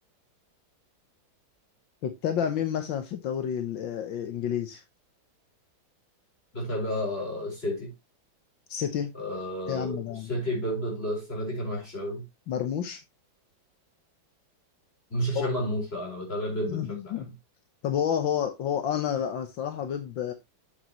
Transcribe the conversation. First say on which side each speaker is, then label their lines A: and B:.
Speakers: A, on the left; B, on the left.
A: بتتابع مين مثلا في الدوري ال- الانجليزي
B: بتابع السيتي
A: سيتي ايه
B: آه
A: يا عم ده
B: السيتي
A: يا عم؟
B: بيب السنة دي كان وحش أوي
A: مرموش
B: مش عشان
A: أوه.
B: مرموش لا أنا بتابع بيب
A: <laughs>
B: بشكل عام
A: طب هو هو هو انا الصراحه بيب